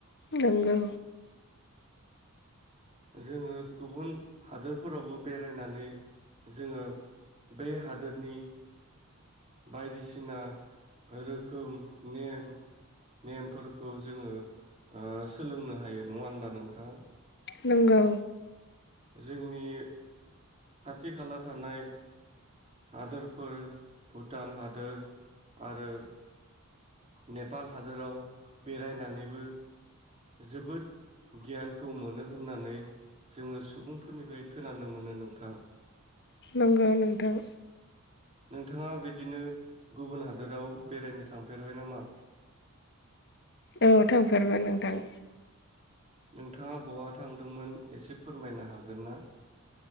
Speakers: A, on the left; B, on the right.
A: नोंगौ।
B: जोङो गुबुन हादोरफोरावबो बेरायनानै जोङो बे हादोरनि बायदिसिना रोखोम नेम नेमफोरखौ जोङो ओ सोलोंनो हायो नङा होनबा नोंथां?
A: नोंगौ।
B: जोंनि खाथि खाला थानाय हादोरफोर भुटान हादोर आरो नेपाल हादोराव बेरायनानैबो जोबोद गियानखौ मोनो होननानै जोङो । सुबुंफोरनिफ्राय खोनानो मोनो नोंथां।
A: नंगौ नोंथां।
B: नोंथाङा बिदिनो गुबुन हादोराव बेरायनो थांफेरबाय नामा?
A: औ थांफेरबाय नोंथां।
B: नोंथाङा बहा थांदोंमोन एसे फोरमायनो हागोन ना?